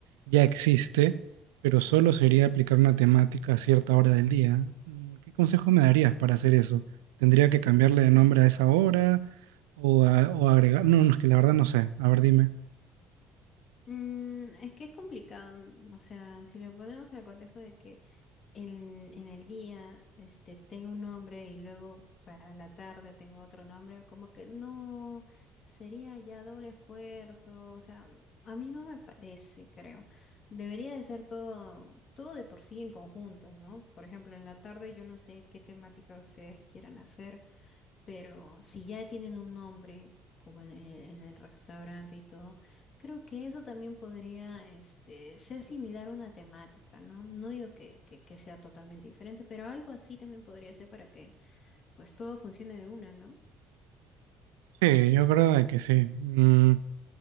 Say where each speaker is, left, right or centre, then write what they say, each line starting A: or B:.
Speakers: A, on the right; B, on the left.
A: ya existe, pero solo sería aplicar una temática a cierta hora del día. Mm, ¿Qué consejo me darías para hacer eso? ¿Tendría que cambiarle de nombre a esa hora o, a- o agregar? No, no, es que la verdad no sé. A ver, dime.
B: Mm, es que es complicado, n- o sea, si lo ponemos al contexto de que en, en el día este, tenga un nombre y luego para la tarde tenga otro nombre, como que no sería ya doble esfuerzo, o sea, mm, a mí no me parece, creo. Debería de ser todo, todo de por sí en conjunto, ¿no? Por ejemplo, en la tarde yo no sé qué temática ustedes quieran hacer. Pero si ya tienen un nombre, como en, eh, en el restaurante y todo, creo que eso también podría este, ser similar a una temática, ¿no? No digo que, que, que sea totalmente diferente, pero algo así también podría ser para que pues todo funcione de una, ¿no?
A: Sí, yo creo de que sí. Mm,